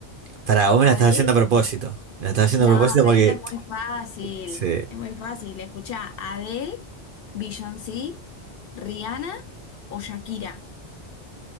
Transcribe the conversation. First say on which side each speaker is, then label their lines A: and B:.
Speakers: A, on the right; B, on the left.
A: Pará, vos me la
B: ¿Adele?
A: estás haciendo a propósito. Me la estás haciendo
B: No,
A: a propósito
B: pero
A: porque...
B: esta es muy fácil.
A: Sí.
B: Es muy fácil. Escuchá, ¿Adele, Beyoncé, Rihanna o Shakira?